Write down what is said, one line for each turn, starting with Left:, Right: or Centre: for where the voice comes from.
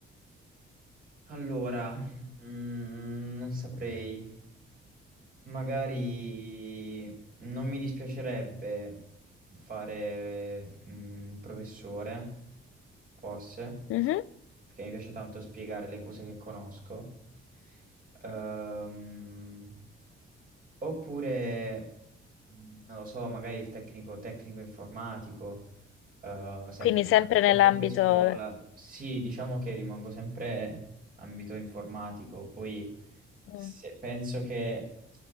Right: Allora, mm, non saprei. Magari non mi dispiacerebbe fare mm, il professore, forse,
Left: Mhm.
Right: perché mi piace tanto spiegare le cose che conosco. Ehm, Oppure, mh, non lo so, magari il tecnico, tecnico informatico, eh, sempre
Left: Quindi sempre
Right: se
Left: nell'ambito...
Right: in qualche scuola. Sì, diciamo che rimango sempre ambito informatico. Poi
Left: Mm.
Right: se- penso che